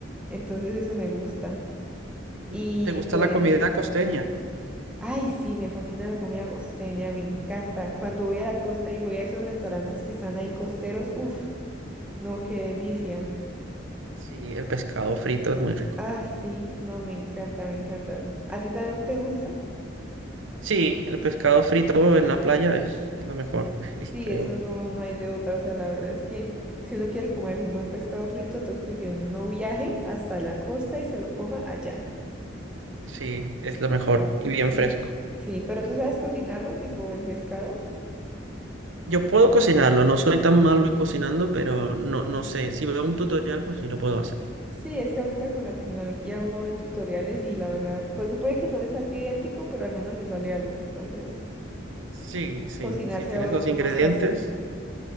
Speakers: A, in the centre; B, on the right (about 80°).
A: entonces eso me gusta.
B: ¿Y
A: Y
B: ¿Te gusta
A: pues
B: la comida costeña?
A: Ay, sí, me fascina la comida costeña, me encanta. Cuando voy a la costa y voy a esos restaurantes que están ahí costeros, uff, no, qué delicia.
B: Sí, el pescado frito es muy rico.
A: Ah, sí, no, me encanta, me encanta. ¿A ti también te gusta?
B: Sí, el pescado frito en la playa es, es lo mejor, <laughs>
A: Sí,
B: creo.
A: eso no, no hay de otra. O sea, la verdad es que si uno quiere comerse un buen pescado frito, toca que uno viaje hasta la costa y se lo coma allá.
B: Sí, es lo mejor y bien
A: Y
B: fresco.
A: s- sí, pero tú sabes cocinarlo, tipo el pescado.
B: Yo puedo cocinarlo, no soy tan malo en cocinando, pero no, no sé. Si veo un tutorial, pues sí lo puedo hacer.
A: Sí, es que ahorita con la tecnología uno ve tutoriales y la verdad, pues puede que no le salga idéntico, pero al menos le sale algo. Entonces,
B: Sí, sí,
A: cocinar
B: sí,
A: se
B: tienes
A: ha vuelto
B: los ingredientes,
A: más fácil.